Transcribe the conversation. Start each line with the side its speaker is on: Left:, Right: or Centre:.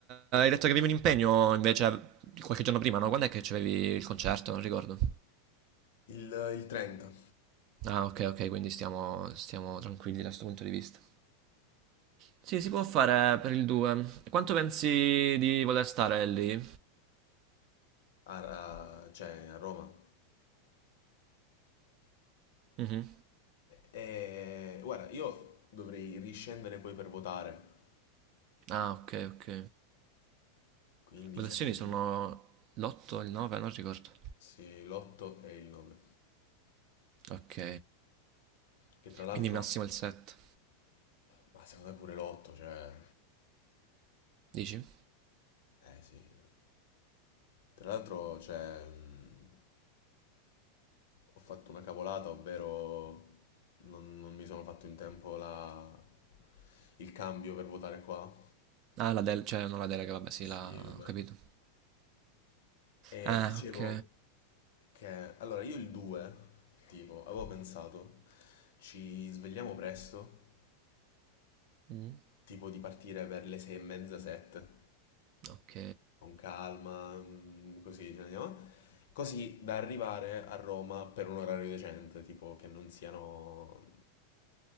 Right: hai detto che avevi un impegno invece qualche giorno prima, no? Quando è che c'avevi il concerto? Non ricordo.
Left: Il, il 30,
Right: Ah, ok, ok, quindi stiamo, stiamo tranquilli da questo punto di vista. Sì, si può fare per il 2. Quanto pensi di voler stare lì?
Left: a, a- cioè a Roma.
Right: Mhm.
Left: E guarda, io dovrei riscendere poi per votare.
Right: Ah, ok, ok.
Left: Quindi
Right: Votazioni
Left: secondo
Right: sono
Left: me
Right: l'8, il 9, non ricordo.
Left: sì, l'8 e il 9.
Right: Ok,
Left: Che tra l'altro,
Right: quindi massimo il 7.
Left: ma secondo me pure l'8, cioè...
Right: Dici?
Left: Eh sì. Tra l'altro, cioè... mh, Ho fatto una cavolata, ovvero non, non mi sono fatto in tempo la- il cambio per votare qua.
Right: Ah, la del... cioè non la delega, vabbè, sì,
Left: Sì,
Right: la...
Left: vabbè.
Right: ho capito.
Left: E
Right: Ah,
Left: dicevo
Right: ok.
Left: che allora io il 2, tipo, avevo pensato, ci svegliamo presto,
Right: Mm,
Left: tipo di partire per le 6 e mezza, 7.
Right: ok.
Left: con calma, mm, così, ce ne andiamo. Così da arrivare a Roma per un orario decente, tipo che non siano